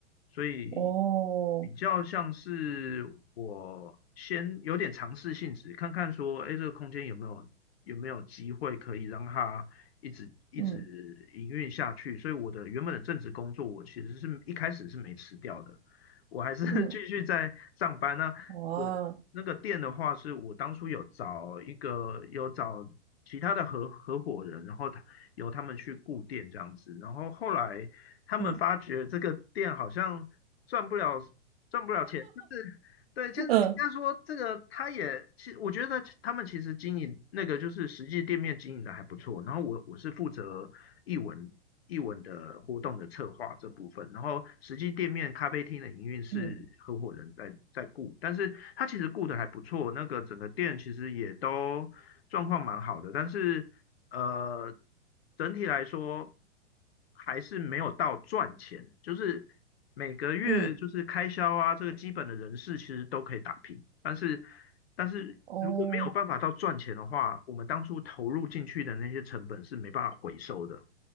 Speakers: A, on the left (about 60°); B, on the right (about 55°).
A: 所以
B: 哦，
A: 比较像是我先有点尝试性质，看看说，哎，这个空间有没有有没有机会可以让它一直一直营运下去，
B: 嗯
A: 所以我的原本的正职工作，我其实是一开始是没辞掉的，我还是 <laughs>
B: 嗯，
A: 继续在上班那。
B: 哇，
A: 对那个店的话，是我当初有找一个有找其他的合合伙人，然后他由他们去顾店这样子，然后后来他们发觉这个店好像赚不了赚不了钱，
B: 嗯
A: 就是。对，其实应该说这个，
B: 嗯
A: 他也其我觉得他们其实经营那个就是实际店面经营的还不错。然后我我是负责译文译文的活动的策划这部分，然后实际店面咖啡厅的营运是合伙人在在顾，
B: 嗯
A: 但是他其实顾的还不错，那个整个店其实也都状况蛮好的，但是呃，整体来说还是没有到赚钱，就是每个月就是开销啊，
B: 嗯，
A: 这个基本的人事其实都可以打平，但是但是如果没有办法到赚钱的话，
B: 哦，
A: 我们当初投入进去的那些成本是没办法回收的。